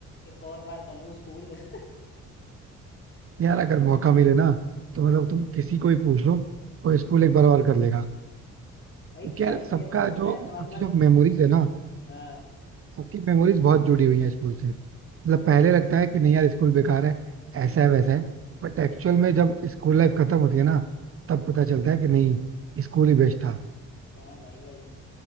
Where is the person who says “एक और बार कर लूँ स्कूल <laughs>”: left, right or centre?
Left